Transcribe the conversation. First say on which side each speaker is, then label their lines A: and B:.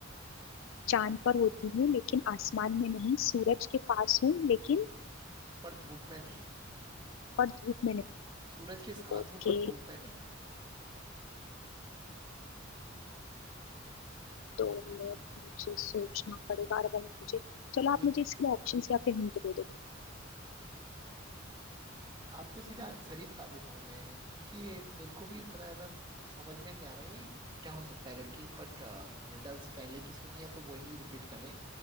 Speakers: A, on the left (about 75°); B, on the right (about 25°).
A: चांद पर होती हूँ लेकिन आसमान में नहीं सूरज के पास हूँ लेकिन
B: पर धूप में नहीं
A: और धूप में नहीं
B: सूरज के साथ
A: ओके
B: हूँ पर धूप में नहीं
A: तो मैं- मुझे सोचना पड़ेगा और अगर मुझे चलो
B: ये
A: आप मुझे इसके ऑप्शन या फिर हिंट दे दो
B: आपको सीधा आंसर ही बता देता हूँ मैं क्योंकि ये मेरे को भी उतना ज्यादा समझ में नहीं आ रहा है ये क्या हो सकता है करके बट रिडल्स पहले की सुनी है तो वही रिपीट कर रहे